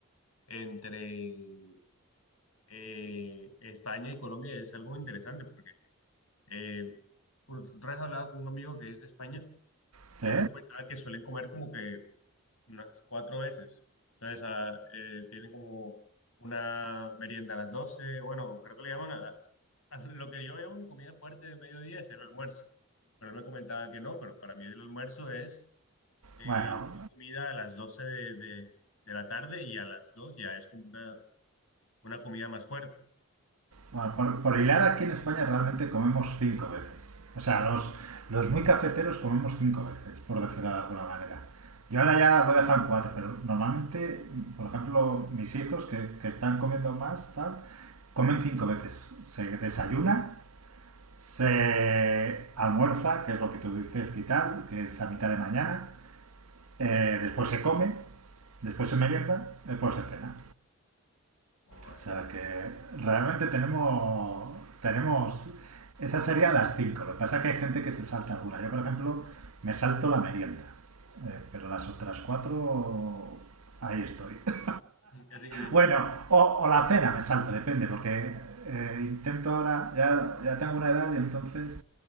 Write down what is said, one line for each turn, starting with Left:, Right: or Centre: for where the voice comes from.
Left: entre eh, España y Colombia es algo interesante porque eh, por otra vez hablaba con un amigo que es de España
Right: ¿Sí?
Left: y él me comentaba que suelen comer como que unas cuatro veces. Entonces, ah, eh, tienen como una merienda a las doce Bueno, creo que le llaman a, la- a lo que yo llamo mi comida fuerte de mediodía es el almuerzo. Pero él me comentaba que no, pero para mí el almuerzo es eh,
Right: Bueno,
Left: una comida a las 12 de, de- de la tarde y a las 2 ya es como una, una comida más fuerte.
Right: bueno, por, por hilar aquí en España realmente comemos cinco veces. O sea, los, los muy cafeteros comemos cinco veces, por decirlo de alguna manera. Yo ahora ya lo he dejado en cuatro, pero normalmente, por ejemplo, mis hijos que, que están comiendo más, tal, comen cinco veces. Se desayunan, Se almuerza, que es lo que tú dices, quitar, que es a mitad de mañana. Eh, después se come, después se merienda, después se cena.
Left: Oh, vale,
Right: O sea
Left: mira,
Right: que realmente tenemos, tenemos esas serían las cinco. Lo que pasa es que hay gente que se salta alguna. Yo, por ejemplo, me salto la merienda. Eh, pero las otras cuatro, ahí estoy. <laughs>
Left: <laughs> casi que siempre.
Right: Bueno, o, o la cena me salto, depende, porque eh, intento ahora, ya, ya tengo una edad y entonces